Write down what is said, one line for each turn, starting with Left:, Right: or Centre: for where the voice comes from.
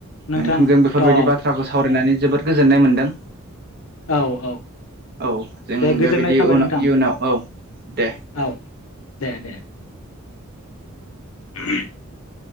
Left: नोंथां
Right: नोंथांजों बेफोरबायदि
Left: अ
Right: बाथ्राखौ सावरायनानै जोबोद गोजोननाय मोनदों
Left: औ औ
Right: औ जों
Left: दे
Right: बेबायदि
Left: गोजोननाय थाबाय
Right: उनाव
Left: नोंथां
Right: इयुनाव औ दे
Left: औ दे दे <unintelligible>